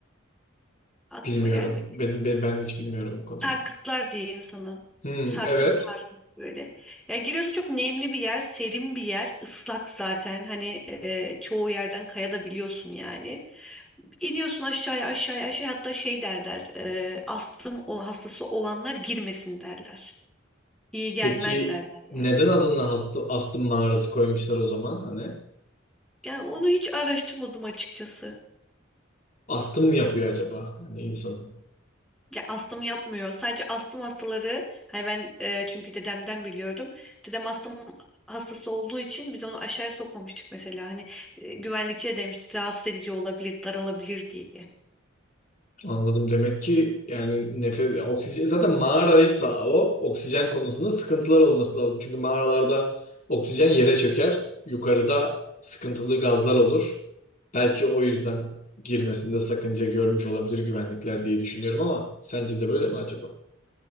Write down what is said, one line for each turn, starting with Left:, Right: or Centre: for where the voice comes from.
Centre: aklıma
Left: Bilmiyorum.
Centre: gelmedi.
Left: Benim, ben, ben hiç bilmiyorum bu konuyu.
Centre: Sarkıtlar diyeyim sana.
Left: Hmm,
Centre: Sarkıt
Left: evet.
Centre: tarzı böyle. Ya giriyorsun çok nemli bir yer, serin bir yer, ıslak zaten. Hani e, çoğu yerden kaya da biliyorsun yani. İniyorsun aşağıya aşağıya aşağıya hatta şey derler. E, astım ol- hastası olanlar girmesin derler. İyi gelmez
Left: Peki
Centre: derler
Left: neden
Centre: yani.
Left: adına hastı, astım mağarası koymuşlar o zaman hani?
Centre: Yani onu hiç araştırmadım açıkçası.
Left: Astım mı yapıyor acaba hani insanı?
Centre: Ya astım yapmıyor. Sadece astım hastaları hani ben e, çünkü dedemden biliyorum. Dedem astım hastası olduğu için biz onu aşağıya sokmamıştık mesela. Hani e, güvenlikçi de demişti rahatsız edici olabilir, daralabilir diye.
Left: Anladım demek ki yani nefes oksijen zaten mağaraysa o oksijen konusunda sıkıntılar olması lazım. Çünkü mağaralarda oksijen yere çöker. Yukarıda sıkıntılı gazlar olur. Belki o yüzden girmesinde sakınca görmüş olabilir güvenlikler diye düşünüyorum ama sence de böyle mi acaba?